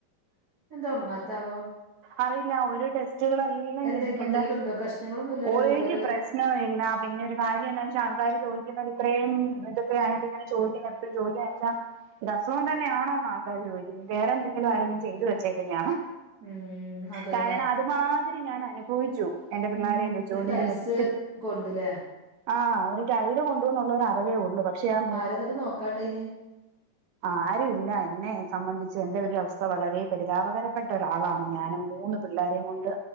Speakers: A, on the right (about 40°); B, on the right (about 75°).
A: എന്ത ഉറങ്ങാത്താവോ?
B: അറിയില്ല ഒരു ടെസ്റ്റുകളെല്ലാം
A: എന്തെ
B: ചെയ്തിട്ടുണ്ട്
A: എന്തെങ്കിലും ഉണ്ടോ പ്രശ്നങ്ങളൊന്നും ഇല്ലല്ലോ
B: ഒരു
A: ഷുഗർ
B: പ്രശ്ന്നുല്യാ നവും ഇല്ലാ, പിന്നെ ഒരു കാര്യം എന്നാ വെച്ചാ ആൾക്കാർ ചോയിക്ക്ന്ന്ണ്ട്, ഇത്രയും ഇതക്കെയായിട്ട് ങ്ങനെ ചോയിക്കുന്ന ജോലി ആച്ചാ ഇത അസുഖം തന്നെയാണോന്നാ ആൾക്കാര് ചോയിക്കുന്നെ, വേറെന്തെങ്കിലും ആരെങ്കിലും ചെയ്തു വെച്ചേക്ക്ന്നെയാണോ?
A: ഉം അതന്നെ
B: കാരണം, അത് മാതിരി ഞാനനുഭവിച്ചു. എന്റെ <unintelligible> പിള്ളാരേം
A: ഉം
B: വെച്ചു
A: ഒരു
B: കൊണ്ട്
A: ടൈൽസ്
B: ഞാൻ ഒത്തിരി
A: കൊണ്ടുല്ലേ
B: ആഹ്, ഒരു ടൈല് കൊണ്ടുന്നുള്ള ഒരു അറിവെഉള്ളൂ. പക്ഷെ ആ മു
A: ആരെന്നട്ടും നോക്കാണ്ടേയ്ന്യേ. <inaudible>
B: ആരുല്ല. എന്നെ സംമ്മന്ധിച്ച് എന്റെ ഒരു അവസ്ഥ വളരെ പരിതാപകരപ്പെട്ട ഒരാളാണ്. ഞാനും മൂന്ന് പിള്ളേരെയും കൊണ്ട്